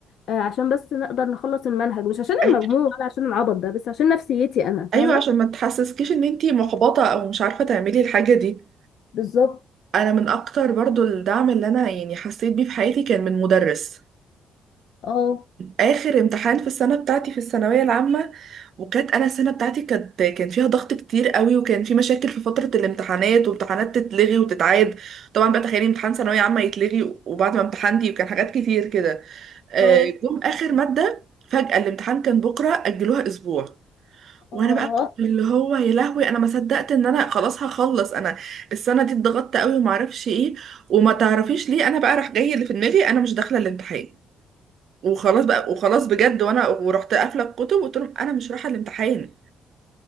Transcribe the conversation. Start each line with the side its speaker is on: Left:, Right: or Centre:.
Left: آه، عشان بس نقدر نخلص المنهج مش عشان
Right: أي-
Left: المجموع ولا عشان العبط ده بس عشان نفسيتي انا فاهمه
Right: ايوه عشان ما تحسسكيش ان انتي محبطة او مش عارفة تعملي الحاجة دي
Left: بالظبط
Right: انا من اكتر برضو الدعم اللي انا يعني حسيت بيه في حياتي كان من مدرس
Left: اه
Right: اخر امتحان في السنه بتاعتي في الثانويه العامه وكانت انا السنه بتاعتي كانت كان فيها ضغط كتير قوي وكان في مشاكل في فتره الامتحانات وامتحانات تتلغي وتتعاد طبعا بقى تخيلي امتحان ثانويه عامه يتلغي وبعد ما امتحنتي وكان حاجات كتير كده آه،
Left: اه
Right: جم اخر ماده فجاه الامتحان كان بكره اجلوها اسبوع وانا
Left: اه
Right: بقى كنت اللي هو يا لهوي انا ما صدقت ان انا خلاص هخلص انا السنه دي اتضغطت قوي وما اعرفش ايه وما تعرفيش ليه انا بقى راح جاي اللي في دماغي انا مش داخله الامتحان وخلاص بقى وخلاص بجد وانا ورحت قافله الكتب وقلت لهم انا مش رايحه الامتحان